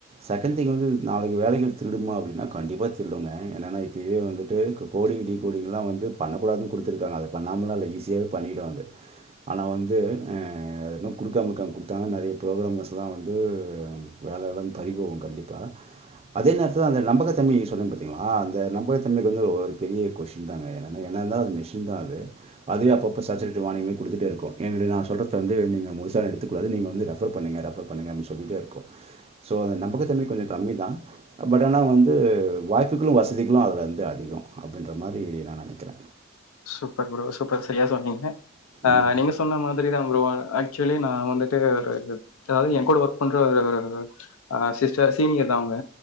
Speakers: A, on the right; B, on the left.
A: செகண்ட் திங் வந்து நாளைக்கு வேலைகள் திருடுமா அப்படின்னா கண்டிப்பா திருடுங்க ஏனன்னா இப்பவே வந்துட்டு கோடிங் டீ கோடிங்லாம் வந்து பண்ணக்கூடாதுன் குடுத்திருக்காங்க அத பண்ணாமலா இல்ல ஈஸியாவே பண்ணிடு அது ஆனா வந்து இன்னு குடுக்காம இருக்காங்க கொடுத்தாங்க நெறைய ப்ரோக்ராம்ஸ்லா வந்து வேல இல்லாம பறிகோம் கண்டிப்பா அதே நேரத்தில அந்த நம்பகத்தன்மை சொன்ன பாத்தீங்களா அந்த நம்பகத்தன்மைக்கு வந்து பெரிய கொஸின் தாங்க எனக் என்ன தா அது மிஷின் தா அது அதுவே அப்பப்ப சச்சரிடி வானிங்னு குடுத்துட்டே இருக்கு ஏன்னு கேட்டீங்கன்னா சொல்லறத வந்து நீங்க ஒருசார் எடுத்துக்கூடாது நீங்க வந்து ரெஃபர் பண்ணுங்க ரெஃபர் பண்ணுங்க அப்டினு சொல்லிட்டே இருக்கு சோ நம்பகத்தன்மை கொஞ்ச கம்மி தா பட் ஆனா வந்து வாய்ப்புகளு வசதிகளு அதில் வந்து அதிக அப்படின்ற மாரி நெனைக்கிறே
B: சூப்பர் ப்ரோ சூப்பர் சரியா சொன்னீங்க அ
A: ம்,
B: நீங்க சொன்ன மாதிரிதா ப்ரோ ஆக் சுவலி நா வந்துட்டு ஒரு அதாவது எ கூட ஒர்க் பண்ற ஒரு சிஸ்டர் சீனியர் தா அவங்க